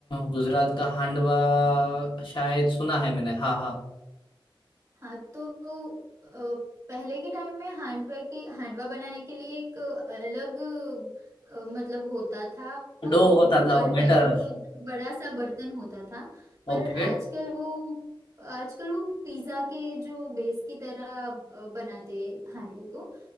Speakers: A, on the left; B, on the right.
A: गुजरात का हांडवा शायद सुना है मैंने हाँ हाँ
B: हाँ तो अ, पहले के टाइम में हांडवा की हांडवा बनाने के लिए एक अलग अ, मतलब होता था अ,
A: डो होता
B: कुकर
A: था वो बैटर
B: टाइप बड़ा सा बर्तन होता था पर
A: Okay
B: आजकल वो आजकल वो पिज्जा के जो बेस की तरह अ, बनाते हांडवे को